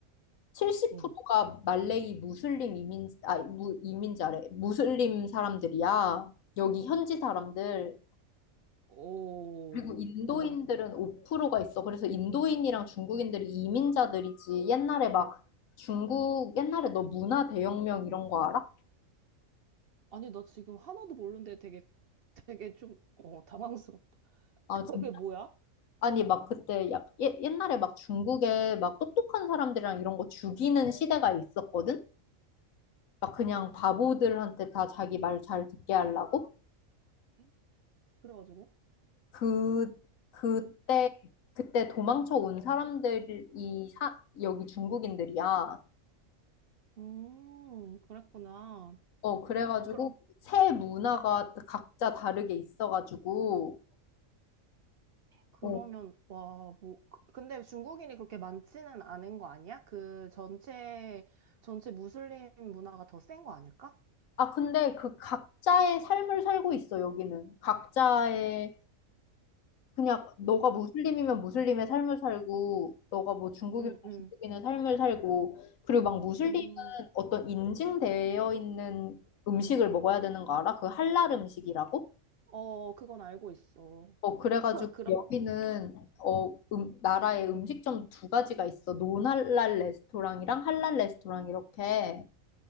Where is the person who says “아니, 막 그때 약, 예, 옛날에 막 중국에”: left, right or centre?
Left